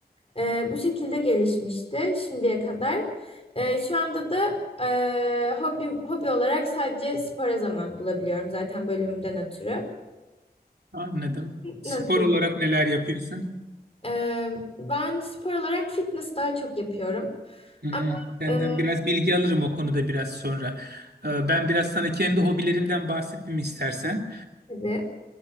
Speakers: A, on the left; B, on the right.
A: e, bu şekilde gelişmişti şimdiye kadar. E, şu anda da e, hobim, hobi olarak sadece spora zaman bulabiliyorum zaten bölümümden ötürü.
B: Anladım. Spor
A: Nasıl?
B: olarak neler yapıyorsun?
A: Ee, ben spor olarak fitness daha çok yapıyorum.
B: Hmm,
A: Ama
B: senden
A: e,
B: biraz bilgi alırım o konuda biraz sonra. Ee, ben biraz sana kendi hobilerimden bahsettim istersen.
A: tabii